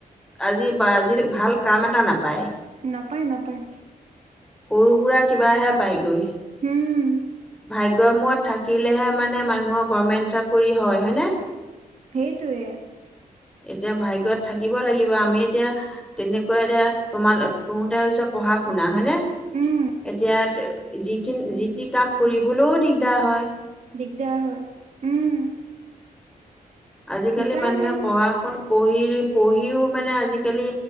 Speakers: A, in the centre; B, on the right.
A: আজি ভাল কাম এটা নাপায় <unintelligible>
B: নাপায়, নাপায়।
A: সৰু-সুৰা কিবাহে পাইগৈ।
B: উম।
A: ভাগ্যমূৰত থাকিলেহে মানে মানুহৰ গভমেণ্ট চাকৰি হয় হয়নে?
B: সেইটোৱে।
A: এতিয়া ভাগ্যত থাকিব লাগিব আমি এতিয়া। তেনেকুৱা এতিয়া তোমাৰ তমতেছ পঢ়া-শুনা হয়নে <unintelligible>
B: উম।
A: এতিয়া যিখিন যি-টি কাম কৰিবলৈও দিগদাৰ হয় <unintelligible>
B: দিগদাৰ হয় উম।
A: আজিকালি
B: উপায়
A: মানুহে
B: নাই
A: পঢ়া শু পঢ়ি, পঢ়িও মানে আজিকালি